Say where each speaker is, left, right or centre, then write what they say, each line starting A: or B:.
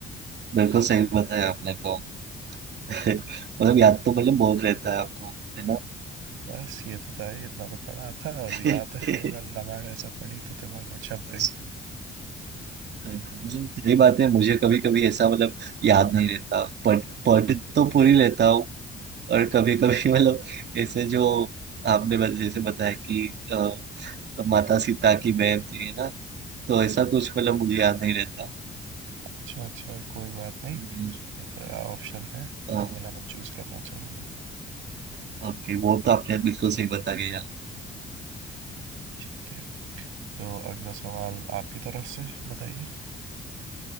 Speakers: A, on the right (about 60°); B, on the right (about 90°).
A: बिल्कुल सही बताया आपने तो <laughs> मतलब याद तो मतलब बहुत रहता है आपको है ना
B: बस ये तो था ही, इतना तो पढ़ा था और
A: <laughs>
B: याद है एक बार रामायण ऐसा पढ़ी तो दिमाग में छप
A: अच्छा
B: गई
A: मतलब सही बात है मुझे कभी कभी ऐसा मतलब याद नहीं रहता पढ़ पढ़ तो पूरी लेता हूँ और कभी कभी <laughs> मतलब ऐसे जो आपने बस- जैसे बताया कि अ, माता सीता की बहन थी है ना तो ऐसा कुछ मतलब मुझे याद नहीं रहता
B: अच्छा अच्छा कोई बात नहीं
A: हम्म,
B: ये तो ऑप्शन है
A: अ,
B: उर्मिला मैं चूज करना चाहूंगा
A: ओके वो तो आपने बिल्कुल सही बता दिया
B: ठीक है तो अगला सवाल आपकी तरफ से बताइए